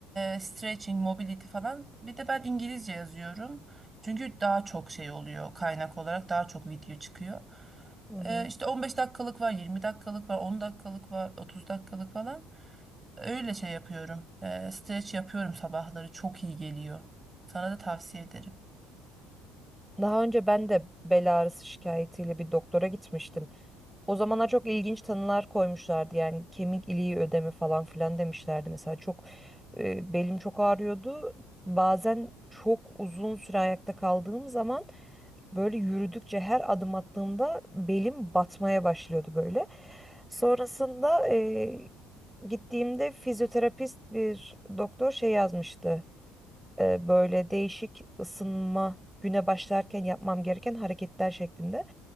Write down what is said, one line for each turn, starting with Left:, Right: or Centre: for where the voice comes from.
Right: e, stretching, mobility falan. Bir de ben İngilizce yazıyorum. Çünkü daha çok şey oluyor kaynak olarak daha çok video çıkıyor.
Centre: Hı hı.
Right: E, işte 15 dakikalık var, 20 dakikalık var, 10 dakikalık var, 30 dakikalık falan. Öyle şey yapıyorum. Ee, streç yapıyorum sabahları. Çok iyi geliyor. Sana da tavsiye ederim.
Centre: Daha önce ben de bel ağrısı şikayetiyle bir doktora gitmiştim. O zamana çok ilginç tanılar koymuşlardı. Yani kemik iliği ödemi falan filan demişlerdi. Mesela çok e, belim çok ağrıyordu. Bazen çok uzun süre ayakta kaldığım zaman böyle yürüdükçe her adım attığımda belim batmaya başlıyordu böyle. Sonrasında e, gittiğimde fizyoterapist bir doktor şey yazmıştı e, böyle değişik ısınma güne başlarken yapmam gereken hareketler şeklinde.